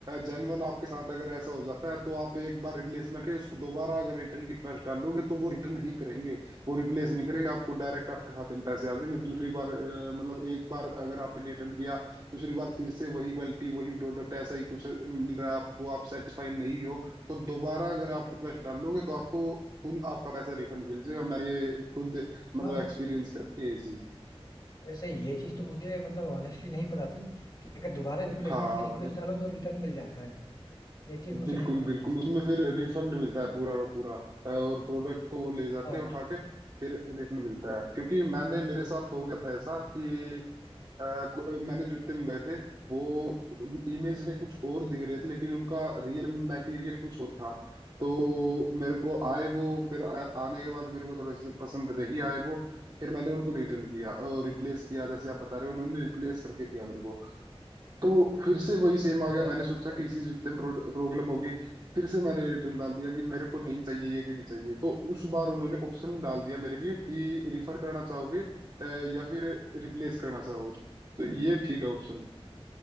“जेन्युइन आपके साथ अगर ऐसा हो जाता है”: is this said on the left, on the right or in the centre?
Right